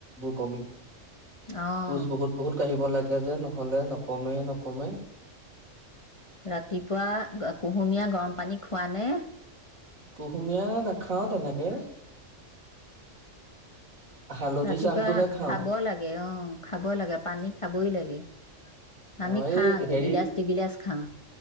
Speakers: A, on the right; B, on the left.
A: ক
B: অ
A: খুজ বহুত বহুত আহিব লাগে তে যে নহলে নকমেই নকমেই
B: ৰাতিপুৱা কুহুমীয়া গৰম পানী খোৱা নে
A: কুহুমীয়া নাখাও তেনেকে হালধি
B: ৰাতিপুৱা
A: চাহটোহে খাওঁ
B: খাব লাগে অ খাব লাগে পানী খাবই লাগে আমি
A: অ
B: খাওঁ
A: এই হেৰি
B: দুগিলাচ দুগিলাচ খাওঁ